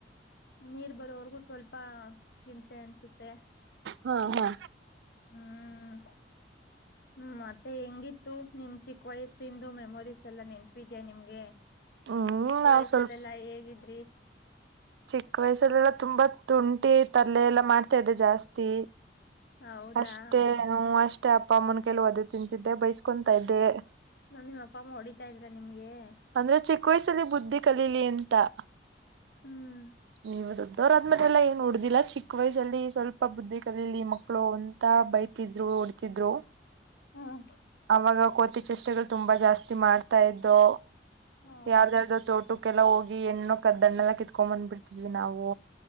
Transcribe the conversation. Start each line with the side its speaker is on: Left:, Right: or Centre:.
Left: ನೀರ್ ಬರೋವರ್ಗೂ ಸ್ವಲ್ಪ ಹಿಂಸೆ ಅನ್ಸುತ್ತೆ
Right: ಹಾ ಹಾ
Left: ಹ್ಮ್ ಹ್ಮ್ ಮತ್ತೆ ಹೆಂಗಿತ್ತು ನಿಮ್ ಚಿಕ್ಕ ವಯಸ್ಸಿಂದು ಮೆಮೊರೀಸ್ ಎಲ್ಲಾ ನೆನ್ಪಿದ್ಯಾ ನಿಮ್ಗೆ
Right: ಹ್ಮ್
Left: ಚಿಕ್ಕ
Right: ನಾವ್
Left: ವಯಸ್ಸಲ್ಲೆಲ್ಲಾ
Right: ಸ್ವಲ್ಪ
Left: ಹೇಗಿದ್ರಿ
Right: ಚಿಕ್ಕ ವಯಸ್ಸಲ್ಲೆಲ್ಲ ತುಂಬಾ ತುಂಟಿ ತರ್ಲೆ ಎಲ್ಲ ಮಾಡ್ತಾ ಇದ್ದೆ ಜಾಸ್ತಿ
Left: ಹೌದಾ
Right: ಅಷ್ಟೇ ಹು ಅಷ್ಟೇ ಅಷ್ಟೇ ಅಪ್ಪ ಮುನ್ಕಲ್ಲಿ ಒದೆ ತಿಂತಿದ್ದೆ ಬೈಸ್ಕೊತಾ ಇದ್ದೆ
Left: ನನ್ ನಿಮ್ ಅಪ್ಪ ಅಮ್ಮ ಹೊಡಿತಾ ಇದ್ರ ನಿಮ್ಗೆ
Right: ಅಂದ್ರೆ ಚಿಕ್ಕ ವಯ್ಸಲ್ಲಿ ಬುದ್ಧಿ ಕಲೀಲಿ ತ
Left: ಹ್ಮ್
Right: ನೀವು ದೊಡ್ಡೋರ್ ಮತ್ತೆಲ್ಲ ಏನ್ ಹೊಡ್ದಿಲ್ಲ ಚಿಕ್ಕ ವಯಸ್ಸಲ್ಲಿ ಸ್ವಲ್ಪ ಬುದ್ಧಿ ಕಲಿಲಿ ಮಕ್ಲ್ ಮಕ್ಕಳು ಅಂತ ಬೈತಿದ್ರು ಹೊಡಿತಿದ್ರು
Left: ಹ್ಮ್
Right: ಅವಾಗ ಕೋತಿ ಚಷ್ಟೆಗಳು ತುಂಬಾ ಜಾಸ್ತಿ ಮಾಡ್ತಾ ಇದೋ
Left: ಹಾ
Right: ಯಾರ್ದ ಯಾರ್ದು ತೋಟುಕ್ ಕ್ಕೆ ಎಲ್ಲ ಹೋಗಿ ಎಣ್ಣ ಕದ್ದಣೆಲ್ಲ ಕಿತ್ಕೊಂಡ್ ಬಂದ್ಬಿಡ್ತಿದ್ವಿ ನಾವು